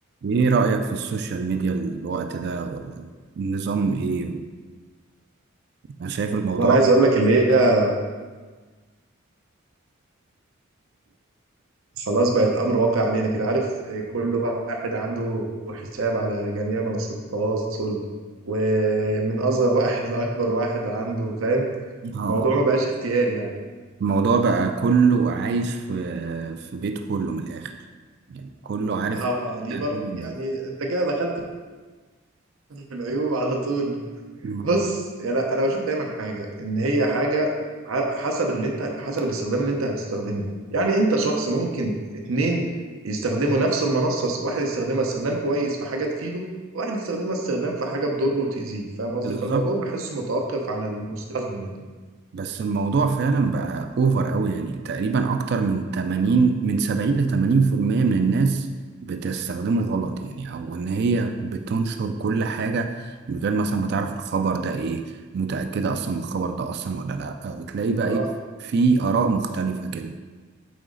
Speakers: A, on the right (about 55°); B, on the right (about 85°).
A: ايه رأيك في السوشيال ميديا الوقت ده ولا النظام ايه انا شايف الموضوع
B: وانا عايز اقول لك اللي هي خلاص بقت امر واقع علينا كده عارف كل واحد عنده حساب على جميع منصات التواصل ومن اصغر واحد لاكبر واحد عنده فاهم
A: اه
B: الموضوع ما بقاش اختياري يعني
A: الموضوع بقى كله عايش في في بيت كله من الاخر يعني كله عارف
B: اه ليه
A: عن
B: برضه
A: كل الناس
B: يعني انت كده دخلت في العيوب على طول
A: مم.
B: بص يعني انا بشوف دايما حاجه ان هي حاجه ع- حسب اللي انت حسب الاستخدام اللي انت هتستخدمه يعني انت شخص ممكن اتنين يستخدموا نفس المنصه واحد يستخدمها استخدام كويس في حاجه تفيده وواحد يستخدمها استخدام في حاجه تضره وتاذيه فاهم قصدي
A: بالظبط
B: فالموضوع بحسه متوقف على المستخدم
A: بس الموضوع فعلا بقى اوفر قوي يعني تقريبا اكتر من 80 من 70 ل 80% من الناس بتستخدمه غلط يعني او ان هي بتنشر كل حاجة من غير مثلا ما تعرف الخبر ده ايه متأكدة اصلا من الخبر ده اصلا ولا لا وتلاقي بقى
B: يعني
A: ايه في اراء مختلفة كده